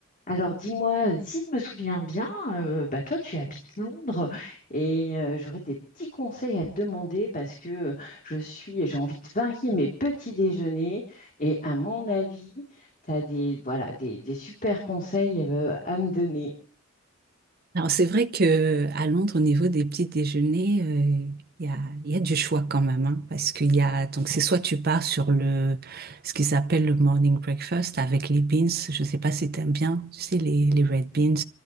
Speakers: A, on the left; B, on the right.
A: Alors dis-moi, si je me souviens bien, euh, bah toi tu habites Londres et euh, j'aurais des petits conseils à te demander parce que je suis, j'ai envie de varier mes petits déjeuners et à mon avis, tu as des, voilà, des, des super conseils euh, à me donner.
B: Alors, c'est vrai que à Londres, au niveau des petits déjeuners, euh, il y a, il y a du choix quand même, hein, parce qu'il y a, donc c'est soit tu pars sur le, ce qu'ils appellent le morning breakfast avec les beans, je sais pas si t'aimes bien, tu sais, les, les red beans